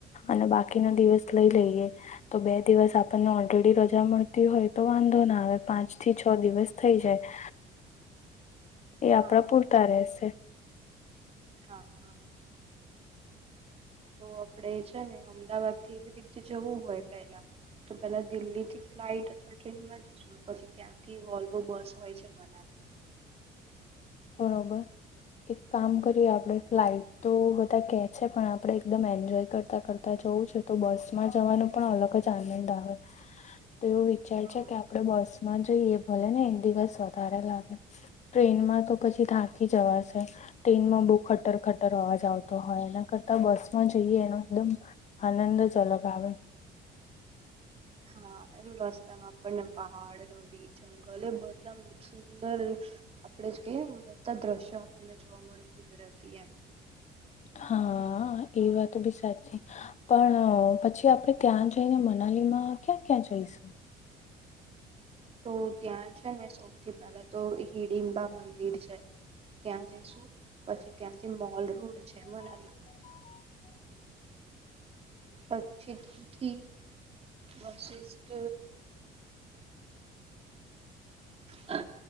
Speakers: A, on the left; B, on the right.
A: અને બાકીના દિવસ લઈ લઈએ. તો બે દિવસ આપણને ઓલરેડી રજા મળતી હોય તો વાંધો ના આવે. પાંચ થી છ દિવસ થઈ જાય. એ
B: હા
A: આપણા પૂરતા રહેશે
B: હા હા તો આપડે છે ને અમદાવાદ થી એવી રીતે જવું હોય પહેલા તો પેલા દિલ્હીથી ફ્લાઇટ અથવા ટ્રેનમાં જસુ પછી ત્યાંથી વોલ્વો બસ હોય છે મનાલી
A: બરોબર એક કામ કરીએ આપડે ફ્લાઇટ તો બધા કે છે પણ આપડે એકદમ એન્જોય કરતા કર તા જવું છે તો બસ માં જવાનો પણ અલગ જ આનંદ આવે
B: <inaudible>
A: તો એવું વિચાર
B: હા
A: છે કે આપડે બસ જોઈ એ ભલે ને એક દિવસ વધારે લાગે ટ્રેનમાં તો પછી થાંકી જવાશે ટ્રેનમાં બહુ ખટર ખટર અવાજ આવતો હોય એના કરતા બસમાં જઈએ એનો એકદમ આનંદ જલગ આવે
B: હા એ રસ્તા માં આપણને પહાડ ની જ ભલે બધા સુંદર આપડે કે બધા દ્રશ્યો આપણને જોવા મળે કુદરતી એમ
A: હા એ વાત ભી સાચ છે પણ પછી આપણે ત્યાં જઈને મનાલી માં ક્યાં ક્યાં જઈશું
B: તો ત્યાં છે ને સૌથી પહેલા તો હિડીિમબા મંદિર છે ત્યાં જઈશું પછી ત્યાંથી મોલ રોડ છે મનાલીમાં પછીથી વશિષ્ટ હ